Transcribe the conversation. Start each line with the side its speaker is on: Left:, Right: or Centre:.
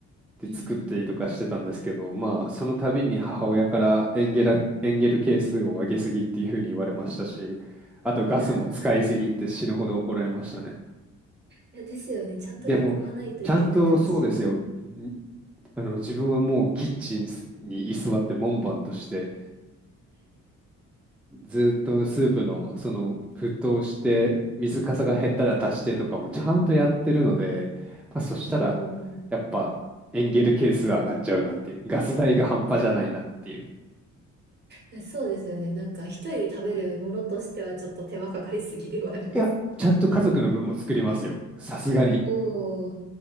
Centre: で作ったりとかしてたんですけど、
Right: うんうん。
Centre: まあ、その度に母親からエンゲラ、エンゲル係数を上げすぎっていうふうに言われましたし、あとガスも使いすぎって死ぬほど怒られましたね。
Right: いやー、まあね。いや、ですよね。ちゃんと煮込まないといけないだろうし。
Centre: でも、ちゃんとそうですよ。
Right: うん。
Centre: んあの、自分はもうキッチンに居座って門番として、ずっとスープのその沸騰して、水かさが減ったら足してとかもちゃんとやってるので、
Right: うん
Centre: まあ、そしたら、
Right: うん。おー。
Centre: やっぱエンゲル係数上がっちゃうなっていう、ガス代が半端じゃないなっていう。
Right: いや、<laughs> いや、そうですよね。なんか一人で食べるものとしてはちょっと手間かかりすぎではあります。
Centre: いや、ちゃんと家族の分も作りますよ。さすがに。
Right: おー。い